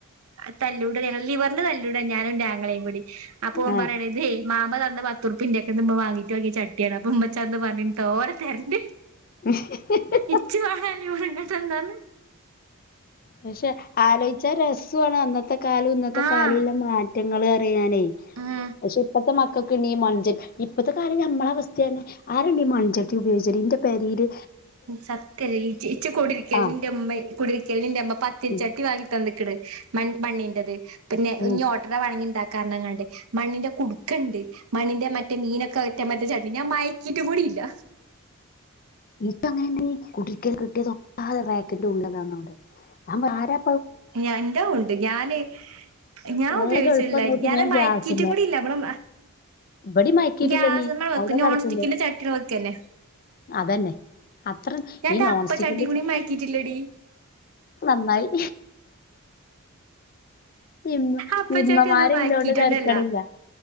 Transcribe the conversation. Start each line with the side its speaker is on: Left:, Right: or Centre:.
Right: അ തല്ലൂട ലിവറിന് തല്ലൂട ഞാനും ഇന്റാ ങ്ങളയും കൂടി. അപ്പ ഓം
Left: ആ
Right: പറയാണെയ് ഇതേ മാമ തന്ന പത്തുർപ്പിന്റെക്കന്ന് മ്മ വാങ്ങിട്ട് വാങ്ങിയ ചട്ടിയാണ് ന്ന് പറഞ്ഞട്ടോര തെര്ണ്ട്
Left: ഉം
Right: ഇച്ചു പറയാനങ്ങട്ടന്താന്
Left: പക്ഷെ ആലോചിച്ചാ രസമാണ് അന്നത്തെ കാലം ഇന്നത്തെ
Right: ആഹ്
Left: കാലംല്ല മാറ്റങ്ങള് അറിയാനേ.
Right: ഉം
Left: പക്ഷെ ഇപ്പത്തെ മക്കക്ക്ണീ മഞ്ജൻ ഇപ്പത്തെ കാര്യം ഞമ്മളവസ്ഥയ. ആരണീ മൺഞ്ചട്ടി ഉപയോഗിച്ചല് ഇന്റെ പെരില്.
Right: സത്യല്ലേ ഇച് കൂടിരിക്കലിന്
Left: ആ
Right: ഇന്റെ മ്മയ്. കുടരിക്കല്ന്ന് ന്റെമ്മ പത്തിരിച്ചട്ടി
Left: ഉം
Right: വാങ്ങി തന്ക്കണ് മണ്ണിന്റെത് പിന്നെഓട്ട.
Left: ഉം
Right: വാണങ്ങിണ്ടാക്കാറഞ്ഞ്ങ്ങാണ്ട് മണ്ണിന്റെ കുടുക്കണ്ട് മണ്ണിന്റെ മറ്റേ മീനൊക്കെ. റ്റ മറ്റേ ചട്ടി ഞാ മയക്കിട്ട് കൂടിയില്ല
Left: ഇപ്പ അങ്ങനെന്ത കുട്ക്കൽ ന് കിട്ടിയതൊക്കെ റാക്കിന്റെ ഉള്ളിലുണ്ട്നമ്മളാരാ
Right: ഞ ഇന്റതു ഉണ്ട് ഞാന് ഞാൻ
Left: വേഗം
Right: ഉപയോഗിച്ചലില്ല
Left: എളുപ്പം നോക്കി
Right: ഞാന്
Left: വേം
Right: മയക്കിട്ടും
Left: ഗ്യാസ്മ്മേ
Right: കൂടി ഇല്ല അമ്മടെ
Left: ഇബടിം മയക്കിയിട്ടില്ലണ്ണീ
Right: ഗ്യാസ്മ്മ വെക്ക
Left: അവിടെ
Right: നോൺ
Left: കെടക്ക്ണ്ട്
Right: സ്റ്റിക്കിന്റെ ചട്ടി വെക്കന്നെ
Left: അതന്നെ അത്ര
Right: ഞാൻ ഇന്റെ
Left: ഈ നോൺ
Right: അപ്പച്ചട്ടി
Left: സ്റ്റിക്കിന്റെ
Right: കൂടി മയക്കീട്ടില്ലടി
Left: നന്നായി ഇ
Right: അപ്പച്ചട്ടി
Left: ഇമ്മമാരില്ലോണ്ട്
Right: ഒന്നും മയക്കീട്ടെന്നെല്ല
Left: തരക്കടില്ല